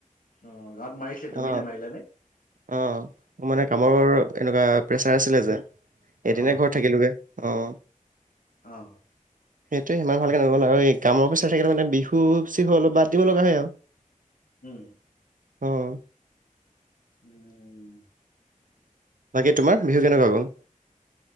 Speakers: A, on the left; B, on the right.
A: অ গ মাৰিছিল তুমি
B: অ
A: নে মাৰিলা নে
B: অ মোৰ মানে কামৰ এনেকুৱা প্ৰেচাৰ আছিলে যে এদিনে
A: অ',
B: ঘৰত থাকিলোোগে অ'।
A: অ'।
B: সেইটোে সিমান ভালকে নগ'ল আৰু এই কামৰ পিচত থাকিলে মানে বিহু চিহু অলপ বাদ দিব লগা হয় আৰু।
A: উম।
B: অ'।
A: উম।
B: তাকে তোমাৰ বিহু কেনেকুৱা গ'ল?